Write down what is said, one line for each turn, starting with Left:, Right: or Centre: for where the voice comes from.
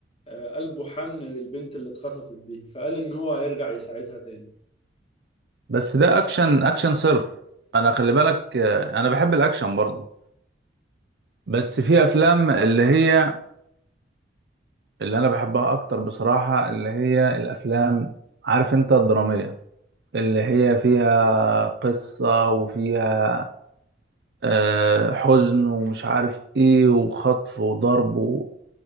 Left: آه، قلبه حن للبنت اللي اتخطفت دي فقال إن هو هيرجع يساعدها تاني
Right: بس ده اكشن اكشن صرف انا خلي بالك آه، انا بحب الاكشن برضه بس في افلام اللي هي اللي انا بحبها اكتر بصراحة اللي هي الافلام عارف انت الدرامية اللي هي فيها قصة وفيها آه، حزن ومش عارف ايه وخطف وضرب و...